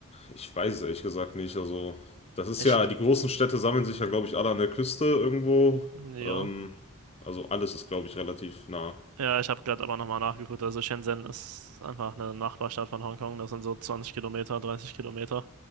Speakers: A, on the left; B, on the right.
A: Ich weiß es ehrlich gesagt nicht. Also das ist
B: Ich,
A: ja, die großen Städte sammeln sich ja, glaube ich, alle an der Küste irgendwo.
B: ja.
A: Ähm, also alles ist, glaube ich, relativ nah.
B: Ja, ich habe gerade aber nochmal nachgeguckt. Also Shenzhen ist einfach eine Nachbarstadt von Hongkong. Das sind so 20 Kilometer, 30 Kilometer.